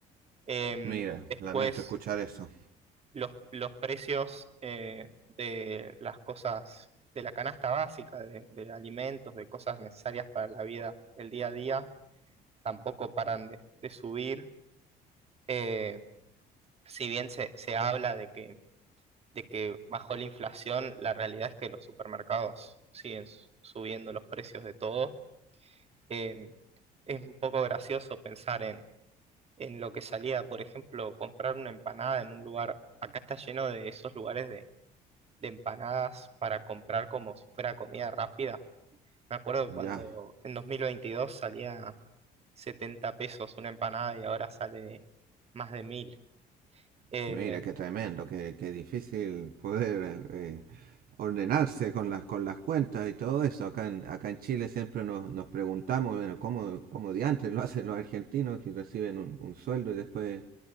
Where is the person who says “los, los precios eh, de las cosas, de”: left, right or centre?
Right